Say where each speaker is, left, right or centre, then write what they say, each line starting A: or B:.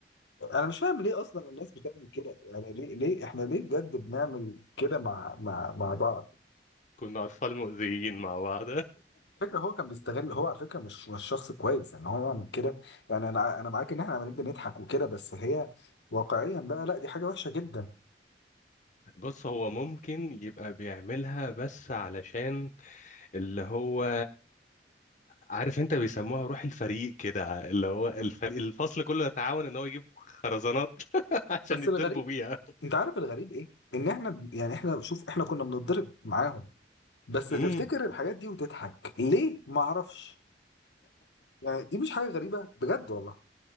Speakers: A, on the left (about 80°); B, on the left (about 45°).
A: انا مش فاهم ليه اصلا الناس بتعمل كده يعني ليه ليه احنا ليه بجد بنعمل كده مع مع مع بعض
B: كنا أطفال مؤذيين مع بعض
A: فكرة هو كان بيستغل هو على فكرة مش مش شخص كويس ان هو يعمل كده يعني انا انا معاك ان احنا عمالين بنضحك وكده بس هي واقعيا بقى لا دي حاجة وحشة جدا
B: بص هو ممكن يبقى بيعملها بس علشان اللي هو عارف انت بيسموها روح الفريق كده اللي هو الفريق الفصل كله يتعاون ان هو يجيب خرزانات <laughs> عشان
A: بس
B: يتضربوا
A: الغريب
B: بيها
A: انت عارف الغريب ايه؟ ان احنا ب- يعني احنا شوف احنا كنا بنتضرب معاهم بس تفتكر
B: امم
A: الحاجات دي وتضحك ليه؟ ما اعرفش يعني دي مش حاجة غريبة بجد والله